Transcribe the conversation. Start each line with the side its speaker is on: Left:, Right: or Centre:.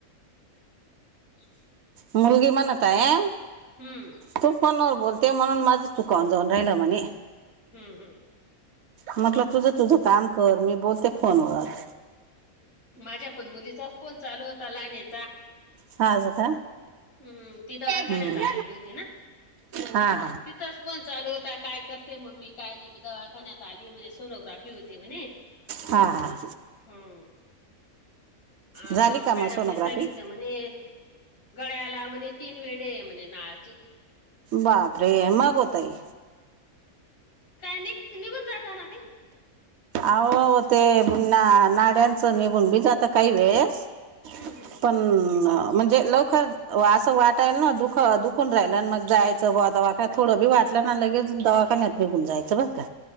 Left: <inaudible>
Right: मुलगी म्हण आता आहे
Left: हम
Right: तू फोनवर बोलते म्हणून माझे चुका होन जाऊन राहिला म्हणे.
Left: हम्म हम्म.
Right: म्हटलं तुझं, तुझं काम कर. मी बोलते फोनवर.
Left: माझ्या पण मुलीचाच फोन चालू होता लहानीचा.
Right: ताजं का?
Left: हम्म, ती दवाखान्यात
Right: हम्म.
Left: आलेली होती ना?
Right: हा हा
Left: तिथंच. फोन चालू होता. काय करते मम्मी? काय नाही. मी दवाखान्यात जाऊन येतो बघून आली म्हणे, सोनोग्राफी होती म्हणे.
Right: हा हा
Left: हम्म. अ
Right: झाली का
Left: मॅडमने
Right: मग सोनोग्राफी
Left: सांगितलं म्हणे गळ्याला म्हणे, तीन वेडे म्हणे नाळची.
Right: बापरे! मग वो ताई?
Left: काय निप निघून जाताना ते.
Right: आवो, आवो ते नाड्यांचं निघून बी जात काही वेळेस.
Left: हम्म हम्म
Right: पण म्हणजे लक असं वाटायला ना दुख दुखून राहिलं, मग जायचं बुवा दवाखान्यात थोडं बी वाटलं ना लगेच दवा, कण्यात निघून जायचं बरं का.